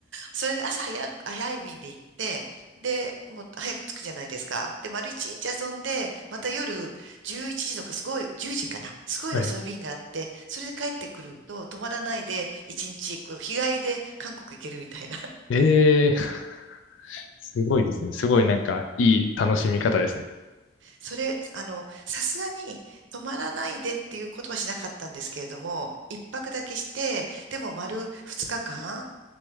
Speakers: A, on the right; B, on the left.
A: それで朝早く、早い便で行って、で、もう早く着くじゃないですか。で、丸一日遊んで、また夜11時とかすごい、10時かな。すごい遅い便があって、
B: はい。
A: それで帰ってくると泊まらないで1日こう日帰りで韓国行けるみたいな。
B: ええ <laughs> すごいですね。すごいなんか、いい楽しみ方ですね。
A: それ、あの、さすがに泊まらないでっていうことはしなかったんですけれども、一泊だけして、でも丸二日間、